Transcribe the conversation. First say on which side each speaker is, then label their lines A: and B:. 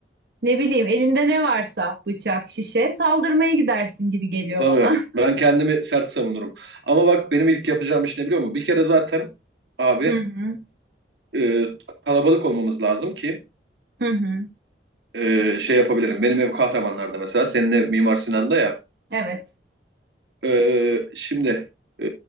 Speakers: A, on the right; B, on the right.
A: Ne bileyim elinde ne varsa bıçak, şişe saldırmaya gidersin gibi geliyor
B: Tabii
A: bana.
B: ben kendimi sert savunurum. Ama bak benim ilk yapacağım iş ne biliyor musun? Bir kere zaten abi
A: <laughs> Hı hı,
B: e, kalabalık olmamız lazım ki
A: hı hı.
B: e, şey yapabilirim. Benim ev Kahramanlar'da mesela. Senin ev Mimar Sinan'da ya.
A: Evet.
B: E, şimdi e,